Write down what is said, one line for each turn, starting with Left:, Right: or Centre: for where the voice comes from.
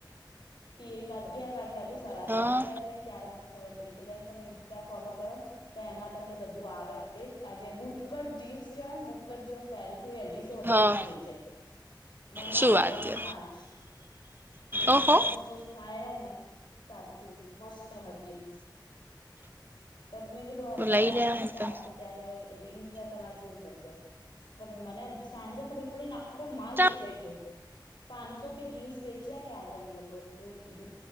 Left: હત અગિયાર વાગે હતું સવારે
Right: હા
Left: અત્યારે ગઈને ત્યારે મને ખબર પડી કે બેન <inaudible> ત્યા ફોલો કરો તો એમાં તમને બધું આવે અપડેટ આજે બુટકટ જીન્સ કરજું પેરસ. એ અઢીસો અઢીસોમાં
Right: હા
Left: વેચાય ને એમાં
Right: શું
Left: હજારની
Right: વાત છે
Left: પાંચ એટલો
Right: ઓહો
Left: અફસોસ થાય ને સાચું મસ્ત હતી તો મેં કીધું હવે ક્યારે
Right: લઈ
Left: આવશે
Right: લેવાય
Left: તો ક આવશે ત્યારે ઇન્સ્ટા તમારે જોવ પણ મને સાંજે ખબર પડીખ. માલ
Right: તો
Left: વેચાઈ ગયો પાંચસો કે જીન્સ વચ ક્યાં ક્યાં છે અમે લોકોએ એવું કીધું